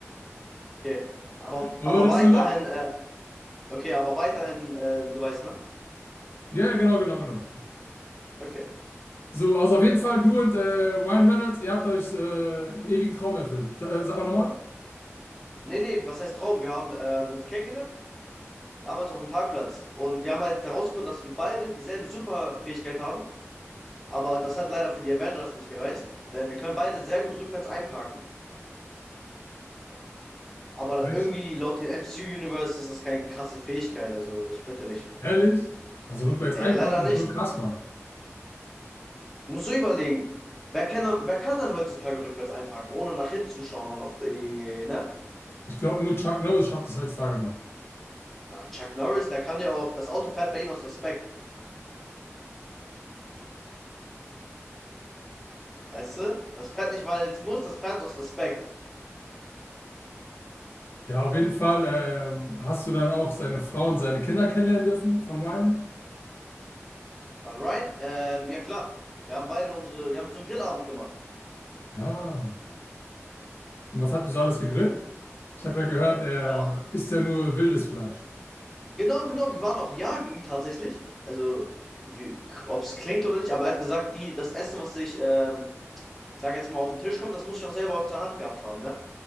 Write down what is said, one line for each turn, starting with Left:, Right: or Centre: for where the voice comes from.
Centre: okay. Aber,
Left: Wollen
Centre: aber
Left: wir das
Centre: weiterhin,
Left: so machen?
Centre: äh, okay, aber weiterhin, äh, du weißt, ne?
Left: Ja, ja, genau, genau, genau.
Centre: Okay.
Left: So, also auf jeden Fall, du und äh, Ryan Reynolds, ihr habt euch äh, einen ewigen Traum erfüllt. Sa- äh, Sag mal nochmal.
Centre: Nee, nee, was heißt Traum? Wir haben ähm, uns kennengelernt, damals auf dem Parkplatz. Und wir haben halt herausgefunden, dass wir beide dieselbe Superfähigkeit haben. Aber das hat leider für die Avengers nicht gereicht. Denn wir können beide sehr gut rückwärts einparken. Aber
Left: Nicht?
Centre: irgendwie laut dem MCU-Universe ist das keine krasse Fähigkeit. Also ich bitte dich.
Left: Ehrlich? Also rückwärts
Centre: Nee,
Left: einpacken,
Centre: leider nicht.
Left: schon krass, Mann.
Centre: Du Musst so überlegen. Wer kann, wer kann dann heutzutage rückwärts einparken, ohne nach hinten zu schauen und auf die, ne?
Left: Ich glaube, nur Chuck Norris schafft es heutzutage noch.
Centre: Mal Chuck Norris, der kann ja auch, das Auto fährt bei ihm aus Respekt. Weißt du? Das fährt nicht, weil es muss, das fährt aus Respekt.
Left: Ja, auf jeden Fall. Ähm, hast du dann auch seine Frau und seine Kinder kennenlernen dürfen von Ryan?
Centre: Von Ryan? Ähm, ja klar. Wir haben beide unsere, wir haben so einen Grillabend gemacht.
Left: Ja. Und was habt ihr so alles gegrillt? Ich habe ja gehört, er
Centre: Boah.
Left: isst ja nur wildes Fleisch.
Centre: Genau, genau. Wir waren auch jagen tatsächlich. Also, ob es klingt oder nicht, aber er hat gesagt, die, das Essen, was ich, ähm, ich sag jetzt mal, auf den Tisch kommt, das muss ich auch selber aus der Hand gehabt haben, ne?